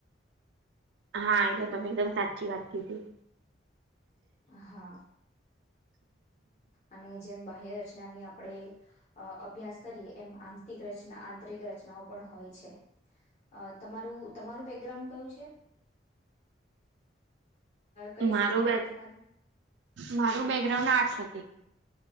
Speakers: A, on the right (about 75°); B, on the left (about 40°).
A: હા એ તો તમે એકદમ સાચી વાત કીધી.
B: હા અને જેમ બાહ્ય રચનાની આપણે... અ અભ્યાસ કરીએ એમ આંતરિક રચના આંતરિક રચનાઓ પણ હોય છે. અ તમારું તમારું બેકગ્રાઉન્ડ કયું છે? કઈ
A: મારું
B: સ્ટ્રીમમાંથી
A: બેક
B: તમારે
A: મારુ બેકગ્રાઉન્ડ આર્ટસ હતી.